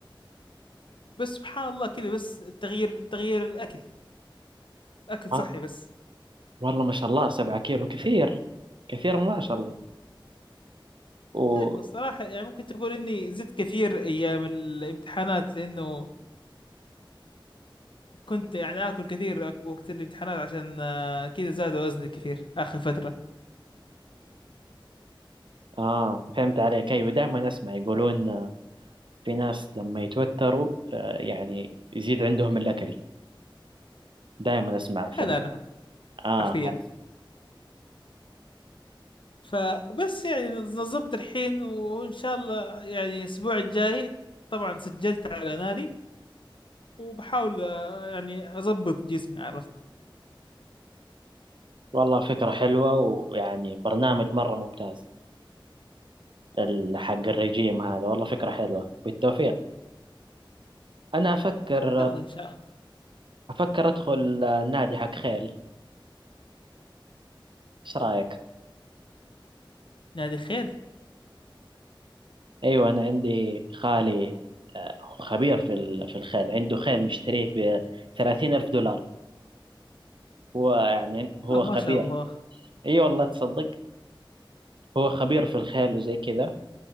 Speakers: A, on the left; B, on the right.
A: بس سبحان الله كذا بس تغيير تغيير الاكل اكل صحي
B: آه،
A: بس
B: والله ما شاء الله سبعة كيلو كثير كثير ما شاء الله و
A: ايوه الصراحه يعني ممكن تقول اني زدت كثير ايام الامتحانات لانه كنت يعني آكل كثير وقت الامتحانات عشان آه، كذا زاد وزني كثير آخر فترة
B: اه فهمت عليك ايوه دائما اسمع يقولون آه، في ناس لما يتوتروا آه، يعني يزيد عندهم الاكل دائما اسمع في
A: هذا
B: ال-
A: أنا آه.
B: اه
A: حرفيا فبس يعني نظمت الحين وإن شاء الله يعني الأسبوع الجاي طبعا سجلت على نادي وبحاول آه، يعني أضبط جسمي عرفت
B: والله فكرة حلوة ويعني برنامج مرة ممتاز ال- حق الرجيم هذا والله فكرة حلوة بالتوفيق أنا أفكر
A: يلا إن شاء الله
B: أفكر أدخل آه، نادي حق خيل إيش رأيك؟
A: نادي خيل
B: أيوة أنا عندي خالي آه، خبير في ال- في الخيل عنده خيل مشتريه ب 30 ألف دولار هو يعني هو
A: آه ما
B: خبير
A: شاء الله
B: أي والله تصدق هو خبير في الخيل وزي كذا